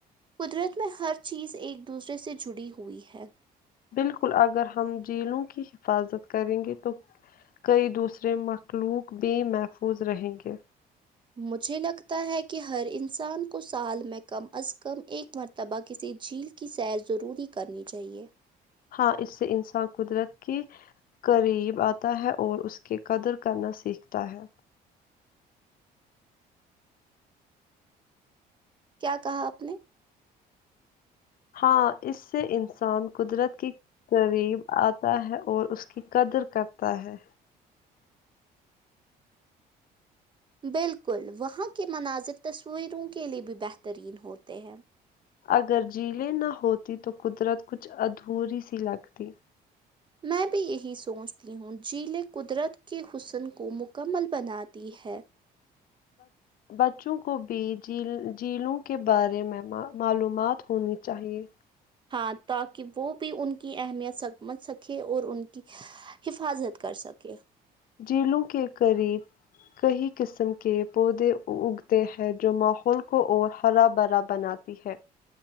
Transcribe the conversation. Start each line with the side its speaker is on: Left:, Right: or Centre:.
Right: قدرت میں ہر چیز ایک دوسرے سے جڑی ہوئی ہے
Left: بالکل اگر ہم جیلوں کی حفاظت کریں گے تو کئی دوسرے مخلوق بھی محفوظ رہیں گے
Right: مجھے لگتا ہے کہ ہر انسان کو سال میں کم از کم ایک مرتبہ کسی جھیل کی سیر ضروری کرنی چاہیئے
Left: ہاں اس سے انسان قدرت کی قریب آتا ہے اور اس کی قدر کرنا سیکھتا ہے
Right: کیا کہا آپ نے
Left: ہاں اس سے انسان قدرت کی قریب آتا ہے اور اس کی قدر کرتا ہے
Right: بالکل وہاں کے مناظر تصویروں کے لیے بھی بہترین ہوتے ہیں
Left: اگر جیلیں نہ ہوتی تو قدرت کچھ ادھوری سی لگتی
Right: میں بھی یہی سوچتی ہوں جیلیں قدرت کے حسن کو مکمل بناتی ہے
Left: بچوں کو بھی جیلوں کے بارے میں معلومات ہونی چاہئے
Right: ہاں تاکہ وہ بھی ان کی اہمیت سمجھ سکے اور ان کی حفاظت کر سکے
Left: جھیلوں کے قریب کئی قسم کے پودے اگتے ہیں جو ماحول کو اور ہرا بھرا بناتی ہے